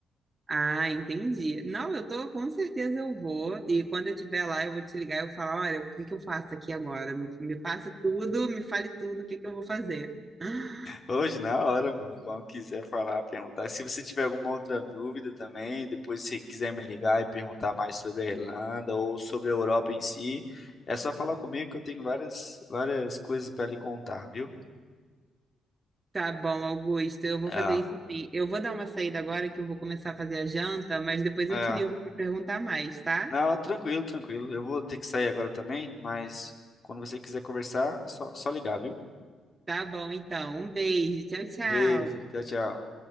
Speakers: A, on the right; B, on the left.
A: Ah, entendi. Não, eu tô, com certeza eu vou. E quando eu estiver lá, eu vou te ligar e eu falar, olha, o que que eu faço aqui agora? Me, me passe tudo, me fale tudo, o que que eu vou fazer. <gasps>
B: Hoje, na hora, pô, quando quiser falar, perguntar. Se você tiver alguma outra dúvida também, depois se quiser me ligar e perguntar mais sobre a Irlanda ou sobre a Europa em si, é só falar comigo que eu tenho várias, várias coisas para lhe contar, viu?
A: Tá bom, Augusto, eu vou
B: É,
A: fazer isso sim. Eu vou dar uma saída agora que eu vou começar a fazer a janta, mas depois
B: é.
A: eu te ligo para perguntar mais, tá?
B: Não, tranquilo, tranquilo. Eu vou ter que sair agora também, mas quando você quiser conversar, é só, só ligar, viu?
A: Tá bom, então. Um beijo. Tchau, tchau.
B: Beijo, tchau, tchau.